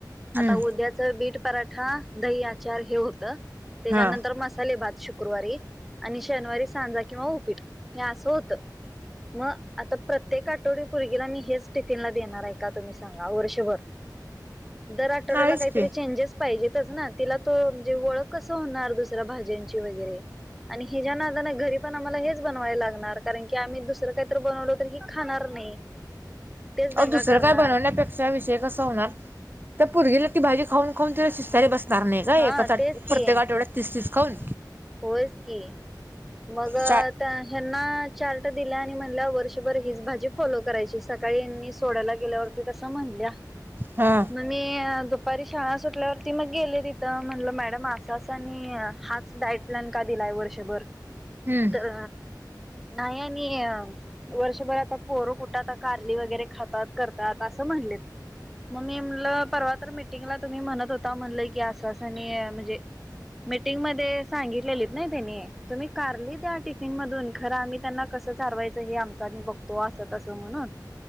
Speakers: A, on the right; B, in the centre.
A: हम्म
B: आता उद्याच बीट पराठा, दही, आचार, हे होत त्याच्यानंतर
A: हा
B: मसाले भात, श. शुक्रवारी आणि शनिवारी सांजा किंवा उपीट हे असं होतं. मग आता प्रत्येक आठवडीपर्गीला मी हेच टिफिनला देणार आहे का तुम्ही सांगा वर्षभर. दर आठवड्याला
A: नाहीच
B: काहीतरी
A: की
B: चेंजेस. पाहिजेतच ना.. तिला तो म्हणजे ओळख कस होणार दुसऱ्या भाज्यांची वगैरे. आणि हि ज्या नादान घरी पण आम्हाला हेच बनवायला लागणार, कारण की आम्ही दुसरं काहीत बनवलो तर ही खाणार नाही. तेच दंगा
A: अ दुसरं
B: करणार
A: काय बनवण्यापेक्षा विषय कसा होणार, तर पुरगीला ती भाजी खाऊन खाऊन ति शिस्तारी बसते. कार नाही का
B: हा
A: एकासाठी
B: तेच की
A: प्रत्येक आठवड्यात तस तस खऊन.
B: होयच की मग आता
A: चा
B: ह्यांना चार्ट दिला आणि म्हणल्या वर्ष. बर हीच भाजी फॉलो करायची, सकाळी मी सोडायला गेल्यावरती तस म्हणल्या.
A: हा.
B: मग मी दुपारी शाळा सुटल्यावरती मग गेले तिथं म्हणलं मॅडम असाच आणि हाच. डाईट प्लॅन का दिलाय वर्षभर,
A: हम्म
B: तर नाही आणि. वर्षभर आता पोरं कुठं आता कारली वगैरे खातात करतात असं म्हणलेत. मग मी म्हणलं परवा तर मीटिंगला तुम्ही म्हणत होता म्हणलं की आश्वासनी आहे म्हणजे. मीटिंगमध्ये... सांगितलेलीत नाही त्यांनी तुम्ही कारली त्या टिफिन मधून खरं आम्ही त्यांना कसं चारवायचं हे आमचा मी बघतो. तो आस कस म्हणून